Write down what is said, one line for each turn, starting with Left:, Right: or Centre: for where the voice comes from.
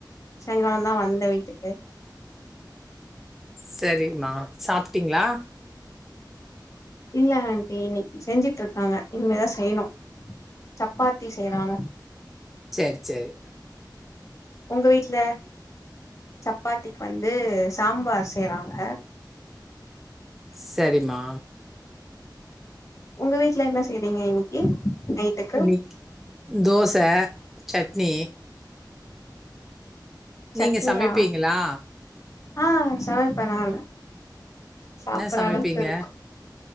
Left: சாய்ங்காலந்தா வந்தே வீட்டுக்கு
Centre: செரிமா சாப்ட்டீங்ளா
Left: இல்ல ஆண்ட்டி இன்னைக்கு செஞ்சிட்டு இருக்காங்க இனிமேதா செய்யணு சப்பாத்தி செய்றாங்க
Centre: சேர் சேர்
Left: ஒங்க வீட்ல சப்பாத்திக்கு வந்து சாம்பார் செய்வாங்க
Centre: சரிம்மா
Left: உங்க வீட்ல என்ன செய்றீங்க இன்னைக்கு நைட்டுக்கு
Centre: இன்னிக்கி தோச சட்னி
Left: சட்னியா
Centre: நீங்க சமைப்பீங்களா
Left: ஆ சமைப்ப நானு சாப்பற
Centre: என்ன சமைப்பீங்க
Left: அளவுக்கு இருக்கு